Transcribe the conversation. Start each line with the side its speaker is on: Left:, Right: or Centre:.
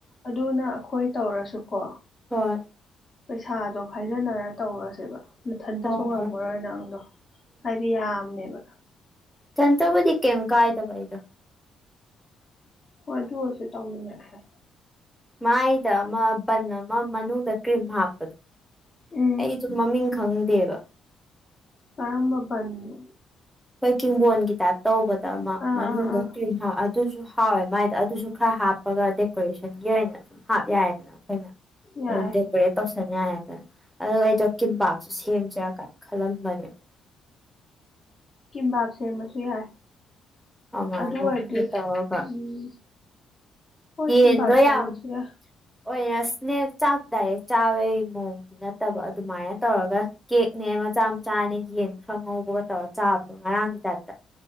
Left: ꯑꯗꯨꯅ ꯑꯩꯈꯣꯏ ꯇꯧꯔꯁꯨꯀꯣ
Centre: ꯍꯣꯏ
Left: ꯄꯩꯁꯥꯗꯣ ꯈꯥꯏꯖꯟꯅꯔ ꯇꯧꯔꯁꯦꯕ ꯃꯊꯟꯇꯁꯨ
Centre: ꯍꯣꯏ
Left: ꯉꯝꯃꯔꯣꯏ
Centre: ꯍꯣꯏ
Left: ꯅꯪꯗꯣ ꯍꯥꯏꯗꯤ ꯌꯥꯝꯃꯦꯕ
Centre: ꯀꯩꯝꯇꯕꯨꯗꯤ ꯀꯩꯝ ꯀꯥꯏꯗꯕ ꯑꯩꯗꯣ
Left: ꯍꯣꯏ ꯑꯗꯨ ꯑꯣꯏꯔꯁꯨ ꯇꯧꯃꯤꯟꯅꯔꯁꯦ
Centre: ꯃꯥꯏꯗ ꯑꯃ ꯕꯟ ꯑꯃ ꯃꯅꯨꯡꯗ ꯀ꯭ꯔꯤꯝ ꯍꯥꯞꯄꯗꯣ
Left: ꯎꯝ
Centre: ꯑꯩꯁꯨ ꯃꯃꯤꯡ ꯈꯪꯗꯦꯕ
Left: ꯀꯔꯝꯕ ꯕꯟꯅꯣ
Centre: ꯑꯃ ꯀꯤꯡꯕꯣꯟꯒꯤ ꯇꯥꯏꯞ ꯇꯧꯕꯗ ꯑꯃ
Left: ꯑꯥ
Centre: ꯃꯅꯨꯡꯗ
Left: ꯑꯥ ꯑꯥ
Centre: ꯀ꯭ꯔꯤꯝ ꯑꯗꯨꯁꯨ ꯍꯥꯎ ꯑꯦ ꯃꯥꯏꯗ ꯑꯗꯨꯁꯨ ꯈꯔ ꯍꯥꯞꯄꯒ ꯗꯦꯀꯣꯔꯦꯁꯟꯒꯤ ꯑꯣꯏꯅ ꯑꯗꯨ ꯍꯥꯞ ꯌꯥꯏꯗꯅ ꯑꯩꯈꯣꯏꯅ
Left: ꯌꯥꯏ
Centre: ꯑꯗꯨꯝ ꯑꯣꯏꯔꯦ ꯇꯧꯁꯟꯌꯥꯏꯗꯅ ꯑꯗꯨꯒ ꯑꯩꯗꯣ ꯀꯤꯝꯄꯥꯛꯁꯨ ꯁꯦꯝꯖꯤꯔ ꯀꯥꯏꯅ ꯈꯜꯂꯝꯕꯅꯦꯕ
Left: ꯀꯤꯝꯕꯥꯞ ꯁꯦꯝꯃꯁꯨ ꯌꯥꯏ
Centre: ꯑꯗꯨꯃꯥꯏꯅ
Left: ꯑꯗꯨ ꯑꯣꯏꯔꯗꯤ
Centre: ꯇꯧꯔꯒ
Left: ꯎꯝ ꯍꯣꯏ
Centre: ꯌꯦꯟꯗꯣ
Left: ꯀꯤꯝꯕꯥꯞ ꯁꯦꯝꯃꯁꯨ
Centre: ꯌꯥꯝ
Left: ꯌꯥꯏ
Centre: ꯑꯣꯏꯅ ꯏꯁꯅꯦꯛ ꯆꯥꯛ ꯗꯥꯏꯔꯦꯛ ꯆꯥꯕꯩ ꯃꯑꯣꯡ ꯅꯠꯇꯕ ꯑꯗꯨꯃꯥꯏꯅ ꯇꯧꯔꯒ ꯀꯦꯛꯅꯦ ꯃꯆꯥ ꯃꯆꯥꯅꯦ ꯌꯦꯟ ꯈꯔ ꯉꯧꯕꯒ ꯇꯧꯔ ꯆꯥꯕꯗꯣ ꯉꯔꯥꯡꯒꯤ ꯇꯥꯏꯞꯇ